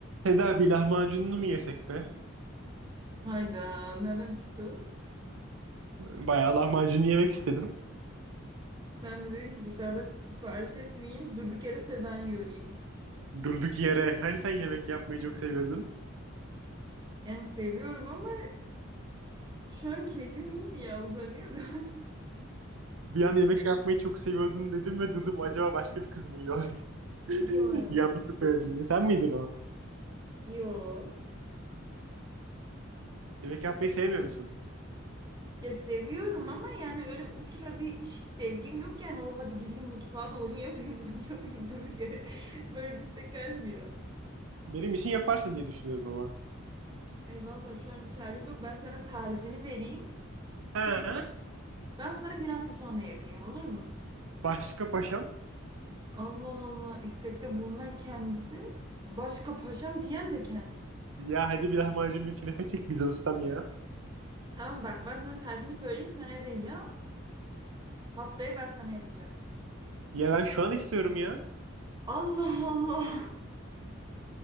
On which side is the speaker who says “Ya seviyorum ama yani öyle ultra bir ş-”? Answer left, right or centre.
Right